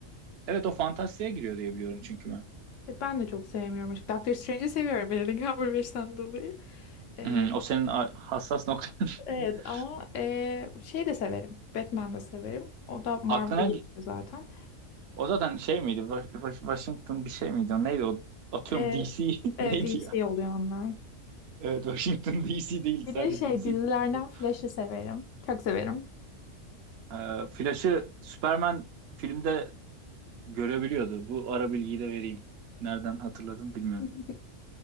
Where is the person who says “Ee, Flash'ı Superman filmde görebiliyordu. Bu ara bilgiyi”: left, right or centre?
Right